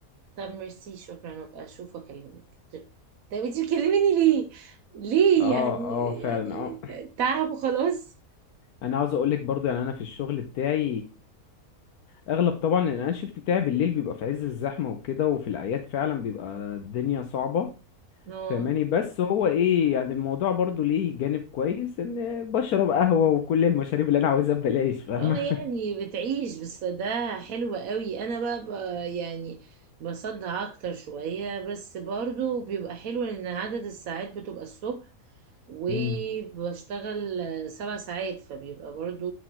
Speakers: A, on the right; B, on the left.
A: طب ميرسي شكرا ابقى اشوف واكلمك طب انت بتكلميني ليه ليه
B: اه
A: يعني
B: اه فعلا
A: يعني
B: اه
A: ت- تعب وخلاص
B: انا عاوز اقولك برضو يعني انا في الشغل بتاعي آه، اغلب طبعا ان انا الشفت بتاعي بالليل بيبقى في عز الزحمه وكده وفي الاعياد فعلا بيبقى الدنيا صعبه
A: اه
B: فاهماني بس هو ايه يعني الموضوع برضو ليه جانب كويس ان بشرب قهوه وكل المشاريب اللي انا عاوزها ببلاش فاهمه
A: اه يعني بتعيش بس ده حلو قوي انا بقى, بقى يعني بصدع اكتر شويه بس برضو بيبقى حلو لان عدد الساعات بتبقى الصبح وبشتغل
B: امم
A: سبع ساعات فبيبقى برضو